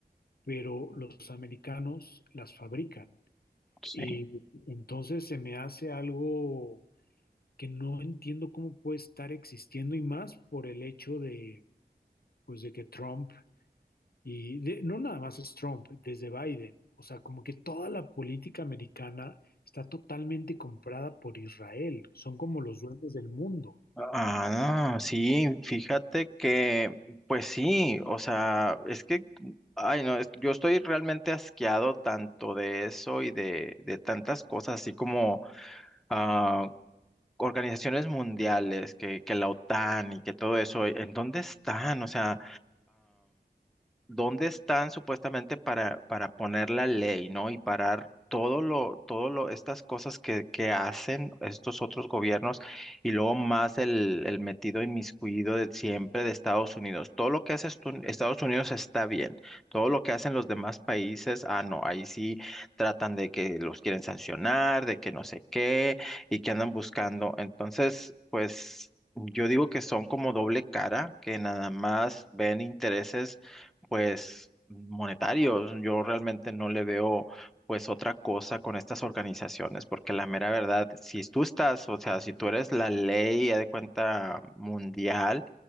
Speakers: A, on the left; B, in the centre.
A: pero los americanos las fabrican.
B: sí.
A: Y entonces se me hace algo que no entiendo cómo puede estar existiendo y más por el hecho de, pues, de que Trump y de- no nada más es Trump, desde Biden. O sea, como que toda la política americana está totalmente comprada por Israel. Son como los dueños del mundo.
B: Ah, no, sí, fíjate que, pues sí, o sea, es que, ay, no, es- yo estoy realmente asqueado tanto de eso y de, de tantas cosas, así como ah, organizaciones mundiales, que, que la OTAN y que todo eso, ¿en dónde están? O sea, dónde están supuestamente para, para poner la ley, ¿no? Y parar todo lo, todo lo, estas cosas que, que hacen estos otros gobiernos y luego más el, el metido inmiscuido de siempre de Estados Unidos. Todo lo que hace Estu- Estados Unidos está bien. Todo lo que hacen los demás países, ah, no, ahí sí tratan de que los quieren sancionar, de que no sé qué y que andan buscando. Entonces, pues... Yo digo que son como doble cara, que nada más ven intereses pues monetarios. Yo realmente no le veo pues otra cosa con estas organizaciones, porque la mera verdad, si tú estás, o sea, si tú eres la ley, haz de cuenta, mundial